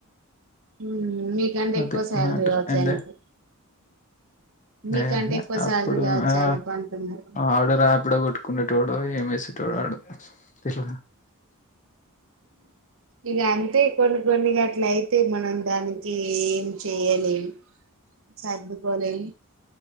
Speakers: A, on the right (about 65°); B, on the left (about 35°).
A: ఉమ్, మీకంటే
B: అది
A: ఎక్కువ శాలరీ
B: మ్యాటర్
A: కావచ్చు
B: ఎందే
A: ఆయనకు మీకంటే
B: ఏహ
A: ఎక్కువ
B: అప్పుడు
A: శాలరీ కావచ్చు
B: ఆ
A: ఆయనకు అంటున్నారు
B: ఆర్డర్ ఆపిడ కొట్టుకునేటోడ ఏమే ట్టుటోడు వాడు ఇట్టు
A: ఇక అంతే కొన్ని కొన్ని గట్ట అట్లా అయితే మనం దానికి ఏం చేయలేం సర్ పోలె